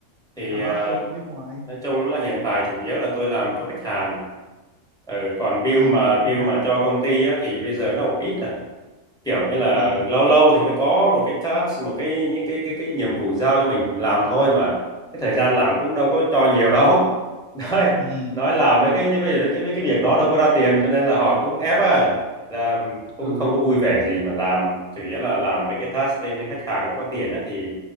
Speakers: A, in the centre; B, on the right.
A: thì
B: làm
A: ờ,
B: outsource với bên ngoài
A: nói chung là hiện tại chủ yếu là tôi làm cho khách hàng ừ, còn
B: ừ
A: bill mà
B: khách
A: bill
B: hàng
A: mà cho công ty á, thì bây giờ nó cũng ít à kiểu như là
B: ừ
A: lâu lâu thì mới có một cái task một cái cái cái cái, cái nhiệm vụ giao cho mình làm thôi mà cái thời gian làm cũng đâu có cho nhiều đâu <laughs> nói
B: ừ
A: nói làm mấy cái như bây giờ cái cái cái việc đó đâu có ra tiền cho nên là họ cũng ép à ra cũng
B: ừ
A: không có vui vẻ gì mà làm chủ yếu là làm mấy cái task bên khách hàng nó có tiền á thì